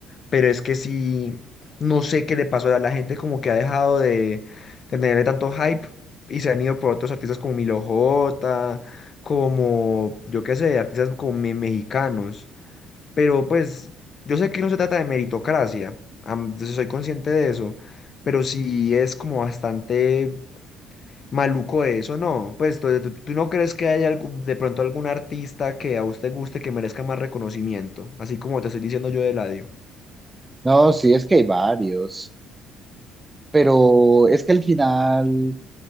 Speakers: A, on the left; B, on the right.
A: pero es que sí, no sé qué le pasó a la gente, como que ha dejado de, de tenerle tanto hype y se han ido por otros artistas como Milo J, como, yo qué sé, artistas como me- mexicanos. Pero pues, yo sé que no se trata de meritocracia, am- yo soy consciente de eso, pero sí es como bastante maluco eso, ¿no? Pues, ¿tú, tú- tú no crees que haya algún- de pronto algún artista que a usted guste que merezca más reconocimiento? Así como te estoy diciendo yo de Eladio.
B: No, sí, es que hay varios, pero es que al final